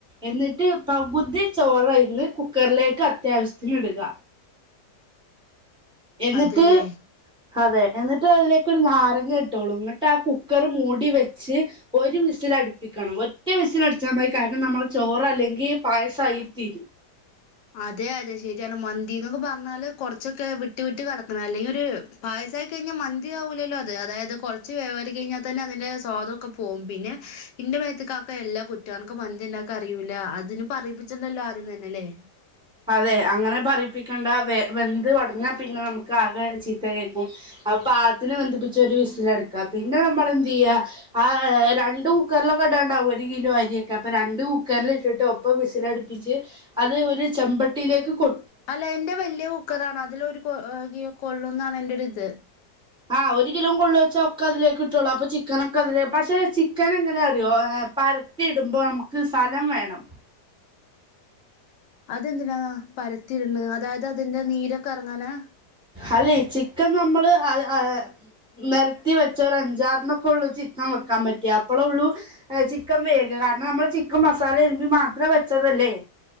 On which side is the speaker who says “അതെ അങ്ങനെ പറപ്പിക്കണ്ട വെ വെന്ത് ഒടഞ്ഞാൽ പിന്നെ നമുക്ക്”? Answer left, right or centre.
Centre